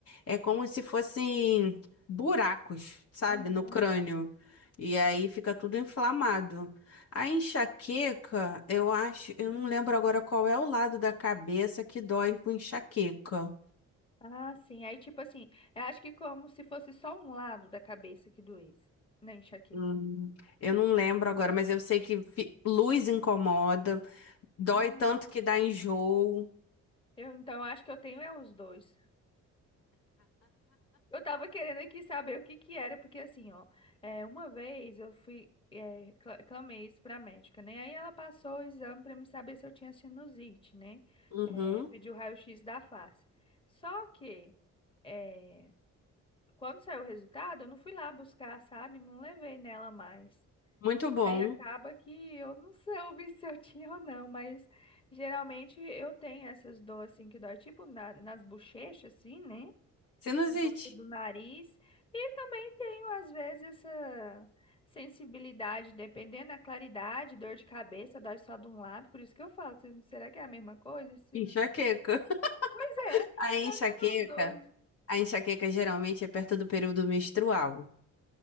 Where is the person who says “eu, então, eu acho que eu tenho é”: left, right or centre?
Left